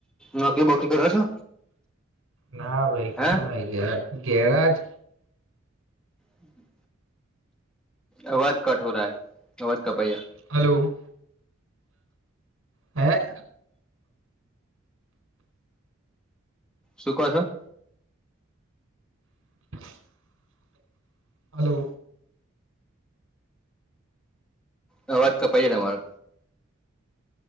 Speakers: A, in the centre; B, on the right.
A: નોકરી બોકરી કરો છો
B: ના ભાઈ કશું
A: હે
B: ના ગ્ય ગ્યારહજ
A: હમ આવાજ કટ હો ર હ આવાજ કપૈયા
B: હલો હે
A: શું ક છો?
B: <unintelligible> હલો
A: હ વાત તો તમારો